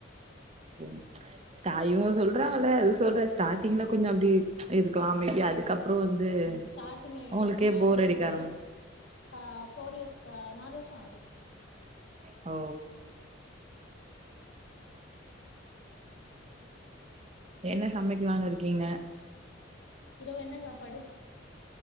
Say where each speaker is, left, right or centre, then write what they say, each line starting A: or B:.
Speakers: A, on the right; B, on the left.
A: <inaudible> ஸ்டா இவங்க சொல்றாங்கல்ல அது சொல்றே ஸ்டார்டிங்ல கொஞ்சோ அப்டி இருக்கலா அமைதியா அதுக்கப்பறோ வந்து
B: ஸ்டார்டிங்
A: அவங்களுக்கே
B: எனக்கு மேரேஜ்
A: போர் அடிக்க
B: முடிஞ்சு
A: ஆரம்பிச்சுரு
B: கா ஃபோர் இயர்ஸ்கா நாலு வருஷோ ஆவுது
A: ஓ என்ன சமைக்கலான்னு இருக்கீங்க
B: இரவு என்ன சாப்பாடு